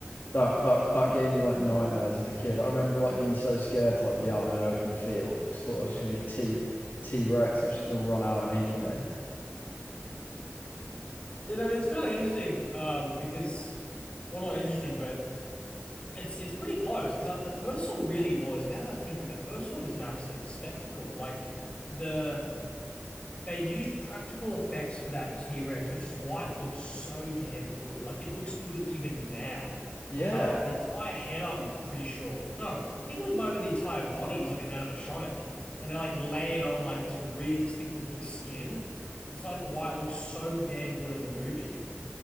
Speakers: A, on the left; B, on the left.
A: that that that gave me like nightmares as a kid. I remember like being so scared to like be out in an open field because I thought I was just gonna be a T T Rex, which is gonna run out and eat me.
B: You know, it's kind of interesting, um, because well not interesting, but It's it's pretty close because the first one really was. Now that I think of it, the first one was an absolute spectacle. Like the they used practical effects for that T-Rex, which is why it looked so damn good. Like it looks good even now.
A: Yeah,
B: Um, the entire head, I'm pretty sure. No, I think it was might have been the entire body was like an animatronic, and they like laid on like this realistic looking skin. It's like why it looks so damn good in the movie.